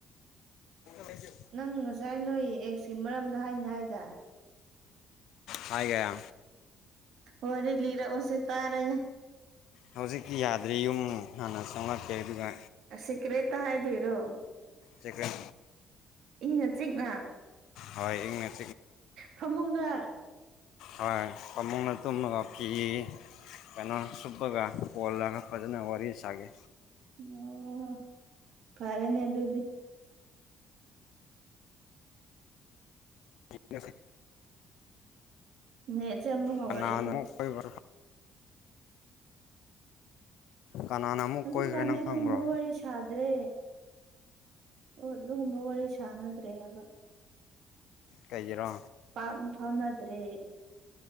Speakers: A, on the left; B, on the right.
A: ꯀꯖꯤ
B: ꯅꯪ ꯉꯁꯥꯏ ꯅꯣꯏ ꯑꯦꯛꯁꯤ ꯃꯔꯝꯗ ꯍꯥꯏꯅꯤ ꯍꯥꯏꯗꯥꯏ
A: ꯍꯥꯏꯒꯦ ꯌꯥ
B: ꯋꯥꯔꯤ ꯂꯤꯔꯛꯑꯣꯁꯦ ꯇꯥꯔꯒꯦ
A: ꯍꯧꯖꯤꯛꯤ ꯌꯥꯗ꯭ꯔꯤ ꯌꯨꯝ ꯍꯥꯟꯅ ꯆꯪꯂꯛꯀꯦ ꯑꯗꯨꯒ
B: ꯁꯤꯀ꯭ꯔꯦ ꯇ ꯍꯥꯏꯗ ꯏꯔꯣ
A: ꯆꯀꯟ
B: ꯏꯪꯅ ꯆꯤꯛꯅ
A: ꯍꯣꯏ ꯃꯤꯅꯤꯠ
B: ꯐꯃꯨꯡꯗ
A: ꯍꯣꯏ ꯄꯃꯨꯡꯅ ꯇꯨꯝꯃꯒ ꯐꯤ ꯀꯩꯅꯣ ꯁꯨꯞꯄꯒ ꯀꯣꯜꯂꯒ ꯐꯖꯅ ꯋꯥꯔꯤ ꯁꯥꯒꯦ
B: ꯑꯣ ꯐꯔꯅꯦ ꯑꯗꯨꯗꯨꯕꯤ
A: ꯌꯦ <inaudible>
B: ꯅꯦꯠꯁꯦ ꯃꯨ ꯍꯧꯔꯣ
A: ꯀꯅꯥꯅ
B: ꯑꯩꯇꯣ
A: ꯑꯃꯨꯛ ꯀꯣꯏꯕ ꯀꯅꯥꯅ ꯑꯃꯨꯛ
B: ꯍꯧꯖꯤꯛꯀꯥꯟꯗꯤ
A: ꯀꯣꯏꯈ꯭ꯔꯦ ꯅꯪ
B: ꯑꯗꯨꯒꯨꯝꯕ
A: ꯈꯪꯕ꯭ꯔꯣ
B: ꯋꯥꯔꯤ ꯁꯥꯗ꯭ꯔꯦ ꯑꯗꯨꯒꯨꯝꯕ ꯋꯥꯔꯤ ꯁꯥꯟꯅꯗ꯭ꯔꯦ ꯍꯥꯏꯕ-'
A: ꯀꯩꯔꯣ
B: ꯄꯥꯛꯅ ꯐꯥꯎꯅꯗ꯭ꯔꯦ